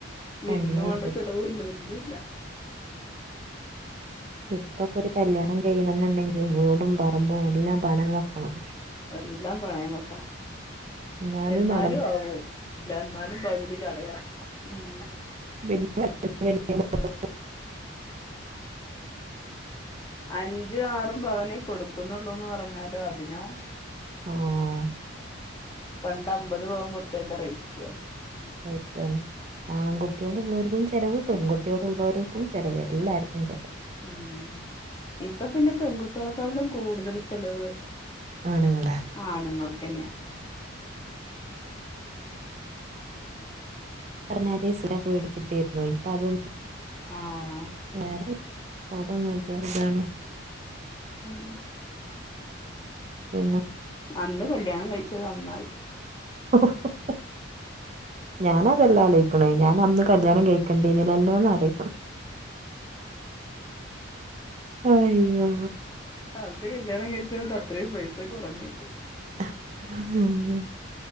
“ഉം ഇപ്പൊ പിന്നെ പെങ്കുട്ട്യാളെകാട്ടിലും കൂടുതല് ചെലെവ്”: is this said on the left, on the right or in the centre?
Left